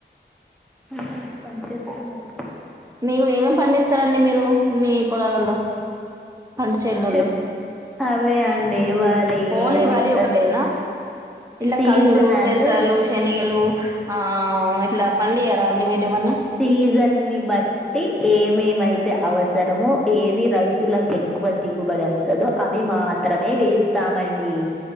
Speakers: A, in the centre; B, on the right.
A: పొలం పని చేస్తున్నారు
B: మీవు ఏమేమి పండిస్తారండి మీరు మీ పొలాలల్లో పంట చేనులలో
A: చెప్ అవే అండి వరి
B: ఓన్లీ వరి
A: ఇంకా
B: ఒకటేనా ఇలా
A: సీజనల్
B: కందులు పెసాలు శెనిగలు ఆ ఇట్లా పండియర అండి మీరేమన్నా
A: సీజన్నీ బట్టి ఏమేమైతే అవసరమో ఏవి రైతులకు ఎక్కువ దిగుబడి అస్తదో అవి మాత్రమే వేస్తామండి